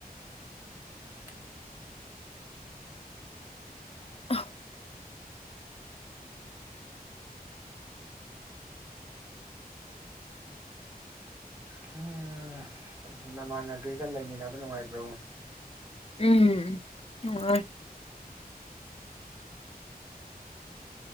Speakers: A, on the right; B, on the left.
A: ꯎꯝ
B: <unintelligible>
A: ꯍꯨꯝ ꯅꯃꯥꯟꯅꯕꯤꯒ ꯂꯩꯃꯤꯟꯅꯕ ꯅꯨꯡꯉꯥꯏꯕ꯭ꯔꯣ
B: ꯎꯝ ꯅꯨꯡꯉꯥꯏ